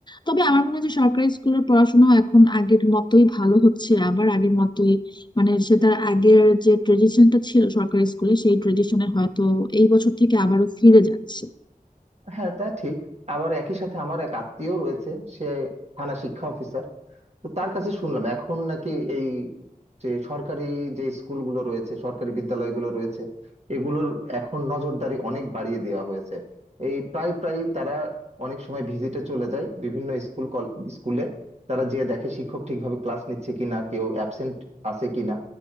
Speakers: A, on the left (about 30°); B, on the right (about 45°).
A: তবে আমার মনে হয় যে সরকারি স্কুলের পড়াশোনা এখন আগের মতোই ভালো হচ্ছে আবার আগের মতোই মানে সে তার আগের যে ট্রেডিশনটা ছিল সরকারি স্কুলে সেই ট্রেডিশনে হয়তো এই বছর থেকে আবারও ফিরে যাচ্ছে
B: হ্যাঁ তা ঠিক আবার একই সাথে আমার এক আত্মীয় রয়েছে সে থানা শিক্ষা অফিসার তো তার কাছে শুনলাম এখন নাকি এই যে সরকারি যে স্কুলগুলো রয়েছে সরকারি বিদ্যালয়গুলো রয়েছে এগুলোর এখন নজরদারি অনেক বাড়িয়ে দেওয়া হয়েছে এই প্রায় প্রায় তারা অনেক সময় ভিজিটে চলে যায় বিভিন্ন স্কুল কল স্কুলে তারা যেয়ে দেখে শিক্ষক ঠিকভাবে ক্লাস নিচ্ছে কিনা কেউ অ্যাবসেন্ট আছে কিনা